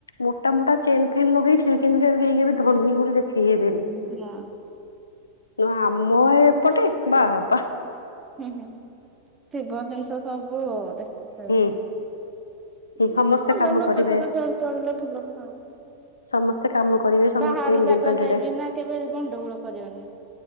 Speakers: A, on the left; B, on the right.
A: ମୋଟା, ମୋଟା ଚେନ୍ ଫେନ୍ ଲଗେଇ ଥି କିନ୍ତୁ କେବେ, କେବେ କେହି ଧନୀ ହେବେ ବୋଲି ଦେଖେଇ ହେବେନି
B: ନା।
A: ନା ଆମ ଏପଟେ, ବାଃ ବାଃ
B: ହୁଁ, ହୁଁ ।ଥିବ ଜିନିଷ ସବୁ ଦେଖୁଥିବେ।
A: ହୁଁ
B: ହୁଁ
A: ସମସ୍ତେ
B: ଭଲ
A: କାମ
B: ଲୋକ।
A: କରିବେ।
B: ସମସ୍ତଙ୍କ ସହ ଚଳିଲେ ଭଲ ନା।
A: ସମସ୍ତେ କାମ କରିବେ ସମସ୍ତେ
B: ବାହାରେ
A: ଇଣ୍ଡିପେଣ୍ଡେଡ
B: ଯାଗା ଯାଇକିନା କେବେ ଗଣ୍ଡଗୋଳ କରିବାନି,